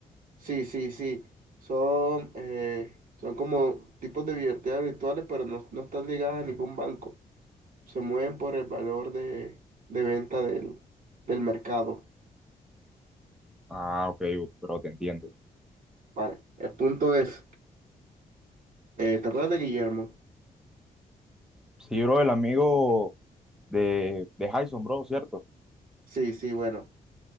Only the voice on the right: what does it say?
Sí, sí, sí. Son, eh, son como tipos de billeteras virtuales, pero no, no están ligadas a ningún banco. Se mueven por el valor de, de venta del, del mercado.
Vale. El punto es, eh, ¿te acuerdas de Guillermo?
Sí, sí, bueno.